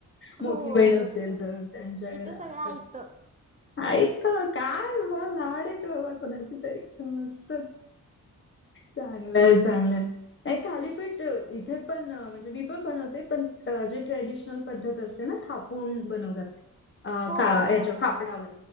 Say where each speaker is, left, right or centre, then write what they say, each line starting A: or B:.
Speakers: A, on the left (about 40°); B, on the right (about 25°).
A: मोठी
B: हो
A: बहीण
B: बरोबर
A: असेल. तर
B: आहे
A: त्यांच्या घरात
B: इथं सगळं
A: तर
B: ऐतं
A: आय क काय बाबा लाड आहे. कोणाचे तरी बाबा कोणाचे तरी मस्तच. चांगलंय, चांगलंय नाही. थालीपीठ इथे पण म्हणजे मी पण बनवते. पण जे ट्रेडिशनल पद्धत असते ना थापून बनवतात. अ
B: हो
A: का याच्या
B: हाताने
A: कापडावर